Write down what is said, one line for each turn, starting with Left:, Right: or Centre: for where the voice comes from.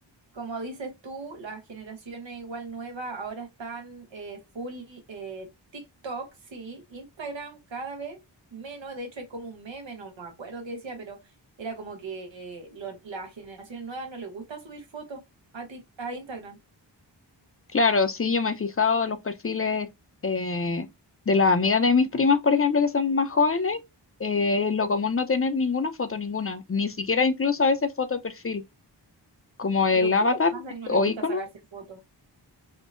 Right: Como dices tú, las generaciones igual nuevas ahora están eh, full eh, TikTok, sí, Instagram cada vez menos, de hecho hay como un meme, no me acuerdo qué decía, pero era como que eh, lo- las generaciones nuevas no les gusta subir fotos a, Tik- a Instagram,
Left: Claro, sí, yo me he fijado en los perfiles eh, de las amigas de mis primas, por ejemplo, que son más jóvenes, eh, es lo común no tener ninguna foto, ninguna, ni siquiera incluso a veces foto de perfil, como el
Right: pero ¿qué
Left: avatar
Right: les pasa que no
Left: o
Right: les gusta
Left: icono.
Right: sacarse fotos?